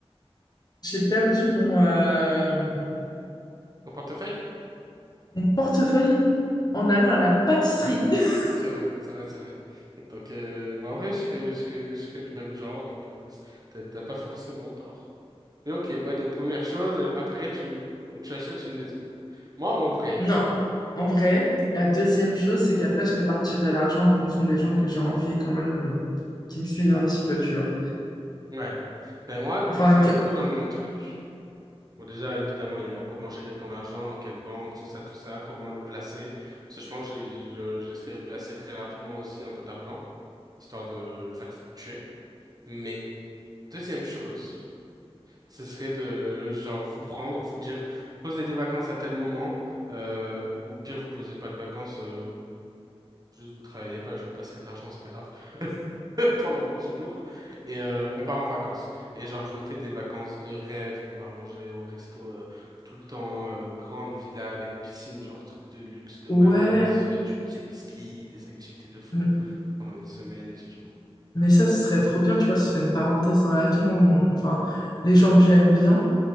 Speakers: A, on the left; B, on the right.
A: j'ai perdu mon, euh,
B: Ton portefeuille?
A: mon portefeuille en allant à la pâtisserie. <laughs>
B: <laughs> C'est vrai, c'est vrai, c'est vrai. Donc, euh, bah, en vrai, je serais, je serais, je serais du même genre, donc euh, t'as t'as pas forcément tort. Mais ok, ouais, donc première chose, euh, après tu, tu achètes une maison. Moi, en vrai,
A: Non, en vrai, la deuxième chose, c'est qu'après, je répartirai l'argent en fonction des gens que j'ai envie quand même qui me suivent un petit peu, tu vois.
B: ouais. Mais moi,
A: Enfin,
B: c'est un
A: que-
B: peu dans le même truc. Bon, déjà, évidemment, il y a comment gérer ton argent, dans quelle banque, tout ça, tout ça, comment le placer. Parce que je pense que j'ai- je- j'essaierai de placer très rapidement aussi un peu d'argent, histoire de le faire fluctuer. Mais deuxième chose, ce serait de, genre, vous prendre, vous dire, posez des vacances à tel moment, euh, ou au pire, vous posez pas de vacances, euh, vous- juste vous travaillez pas, je vous passerai de l'argent, c'est pas grave. <laughs> pendant 10 jours et euh, on part en vacances. Et genre, je nous fais des vacances de rêve, on va manger au resto euh, tout le temps, euh, grande villa avec piscine, genre truc de luxe, de
A: ouais,
B: malade, on se fait du jet ski, des activités de fou
A: m-
B: pendant une semaine, 10 jours.
A: mais ça, ce serait trop bien, tu vois, ce serait une parenthèse dans la vie. Moi, mon- enfin, les gens que j'aime bien,